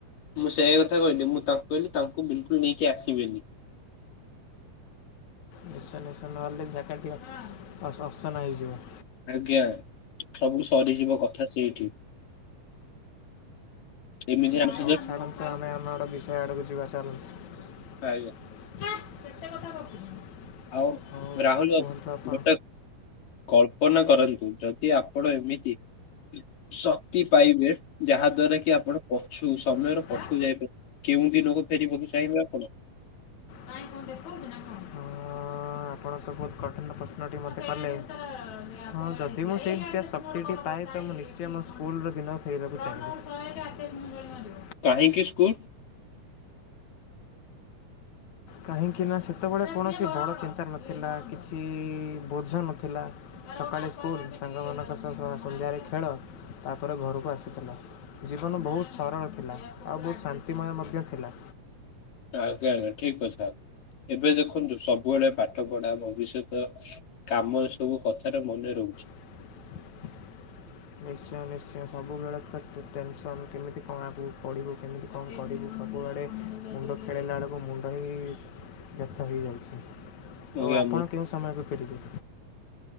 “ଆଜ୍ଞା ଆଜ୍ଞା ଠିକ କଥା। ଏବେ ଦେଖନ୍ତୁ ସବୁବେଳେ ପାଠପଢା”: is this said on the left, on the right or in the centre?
Left